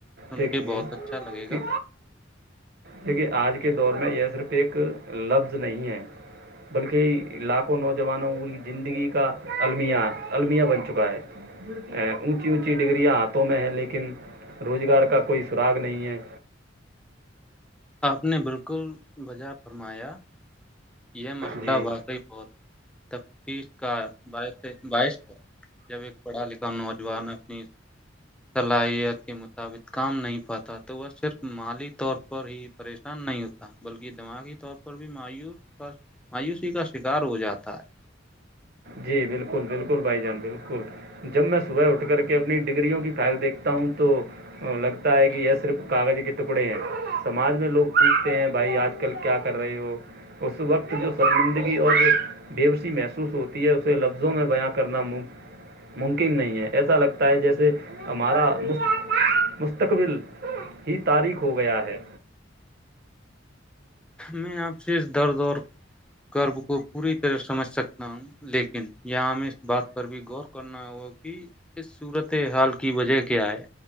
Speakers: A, in the centre; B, on the right.
A: سن
B: دیکھیے
A: کے بہت اچھا لگے
B: کہ
A: گا
B: دیکھیے آج کے دور میں یہ صرف ایک لفظ نہیں ہے بلکہ لاکھوں نوجوانوں کی زندگی کا الم المیہ بن چکا ہے اونچی اونچی ڈگریاں ہاتھوں میں ہے لیکن روزگار کا کوئی سراگ نہیں ہے
A: آپ نے بالکل وجائے فرمایا یہ مسئلہ
B: جی
A: واقعی بہت تفتیش کا باعش ہے جب ایک پڑھا لکھا نوجوان اپنی صلاحیت کے مطابق کام نہیں پاتا تو وہ صرف مالی طور پر ہی پریشان نہیں ہوتا بلکہ دماغی طور پر بھی مایوس مایوسی کا شکار ہو جاتا ہے
B: جی بالکل بالکل بھائی جان بالکل جب میں صبح اٹھ کر کے اپنی ڈگریوں کی فائل دیکھتا ہوں تو لگتا ہے کہ یہ صرف کاغذ کے ٹکڑے ہیں سماج میں لوگ پوچھتے ہیں بھائی آج کل کیا کر رہے ہو اس وقت جو سرمندگی اور بےش محسوس ہوتی ہے اسے لفظوں میں بیاں کرنا ممکن نہیں ہے ایسا لگتا ہے جیسے ہمارا مستقبل ہی تاریخ ہو گیا ہے
A: میں آپ سے اس درد اور کرب کو پوری طرح سمجھ سکتا ہوں لیکن یہاں ہمیں اس بات پر بھی غور کرنا ہوگا کہ اس صورت حال کی وجہ کیا ہے